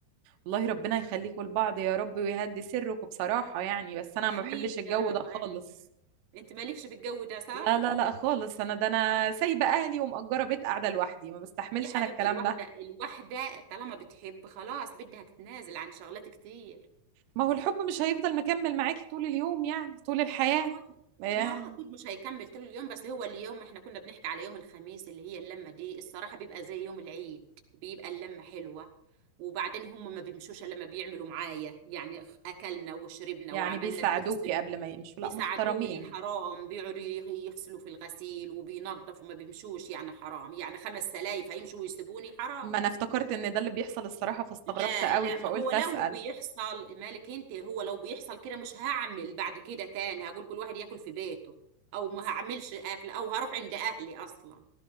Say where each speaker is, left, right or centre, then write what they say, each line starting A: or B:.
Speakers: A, on the right; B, on the right.
A: والله ربنا يخليكم لبعض يا رب ويهدي سركم بصراحة يعني بس أنا
B: امين
A: ما بحبش الجو
B: يا رب
A: ده خالص
B: امين انت مالكش في الجو ده صح
A: لا لا لا خالص أنا ده أنا سايبة أهلي ومأجرة بيت قاعدة لوحدي ما بستحملش
B: يا حبيبتي
A: أنا الكلام
B: الواحده
A: ده
B: الواحده طالما بتحب خلاص بدها تتنازل عن شغلات كتير
A: ما هو الحب مش هيفضل مكمل معاكي طول اليوم يعني طول الحياة
B: ما هو ما
A: إيه،
B: هو اكيد مش هيكمل طول اليوم بس هو اليوم احنا كنا بنحكي على يوم الخميس اللي هي اللمه دي الصراحه بيبقى زي يوم العيد بيبقى اللمه حلوه وبعدين هم ما بيمشوش الا لما بيعملوا معايا يعني اكلنا وشربنا
A: يعني
B: وعملنا
A: بيساعدوكي
B: بيغسلوا
A: قبل ما يمشوا
B: بيساعدوني
A: لا محترمين
B: حرام بيقعدوا يغ- يغسلوا في الغسيل وبينظفوا ما بيمشوش يعني حرام يعني خمس سلايف هيمشوا ويسيبوني حرام
A: ما أنا افتكرت إن ده اللي بيحصل الصراحة فاستغربت
B: لا
A: قوي
B: لا
A: فقلت
B: ما هو لو
A: أسأل
B: بيحصل مالك انت هو لو بيحصل كده مش هعمل بعد كده تاني هقول كل واحد ياكل في بيته او ما
A: بس
B: هعملش اكل او هروح عند اهلي اصلا